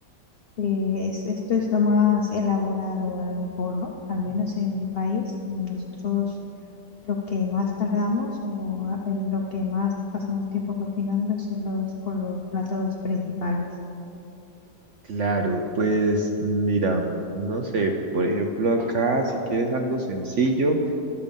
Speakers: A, on the left; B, on the right.
A: que es- esto es lo más elaborado a lo mejor, ¿no? Al menos en mi país, nosotros lo que más tardamos o a- en lo que más pasamos tiempo cocinando es en los, con los platos principales.
B: Claro, pues mira, no sé, por ejemplo acá si quieres algo sencillo.